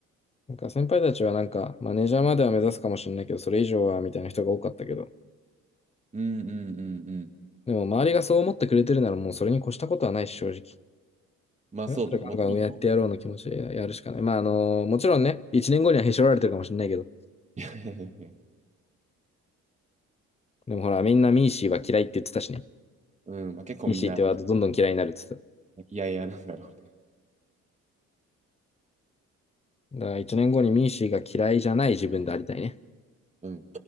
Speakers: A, on the left; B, on the right.
A: なんか先輩たちはなんか、マネージャーまでは目指すかもしれないけど、それ以上はみたいな人が多かったけど、
B: うん、うん、うん、うん。
A: でも周りがそう思ってくれてるならもうそれに越したことはないし、正直。
B: まあ、
A: だったらガンガン上やってやろうの気持ちでやるしかない。
B: そうだね。もっともっと。
A: まああのもちろんね、1年後にはへし折られてるかもしれないけど、
B: <laughs> いやいやいやいや
A: でもほら、みんなミーシーは嫌いって言ってたしね。
B: うん、まあ、結構みんな、
A: ミーシーってワードどんどん嫌いになるって言ってた。
B: いやいやなんだろうね。
A: だから一年後にミーシーが嫌いじゃない自分でありたいね。
B: うん。